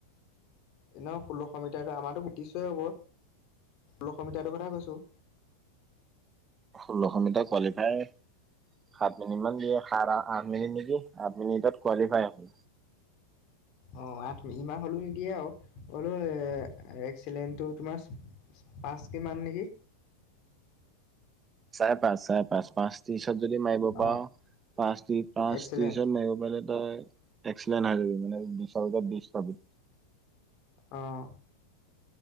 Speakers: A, on the left (about 40°); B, on the right (about 20°).
A: এ ন ষোল্লশ মিটাৰ আমাৰতো বুটিশয়ই হ'ব ষোল্লশ মিটাৰটোৰ কথা কৈছো
B: ষোল্লশ মিটাৰ কোৱালিফাই সাত মিনিট মান দিয়ে স আঠ মিনিট নিদি আঠ মিনিটত কোৱালিফাই হ'ল
A: অ আঠ ইমাহ হ'লো নিদিয়ে আৰু হলো এক্সিলেণ্টটো তোমাৰ পাঁচ কিমান নেকি
B: চাৰে পাঁচ চাৰে পাঁচ পাঁচ ত্ৰিশত যদি মাৰিব
A: অঁ
B: পাৰ পাঁচ ত্ৰিশ পাঁচ
A: এক্সিলেণ্ট
B: ত্ৰিশত মাৰিব পাৰিলে তই এক্সিডেণ্ট হৈ যাবি মানে বিচাৰ তাত বিছ পাবি
A: অঁ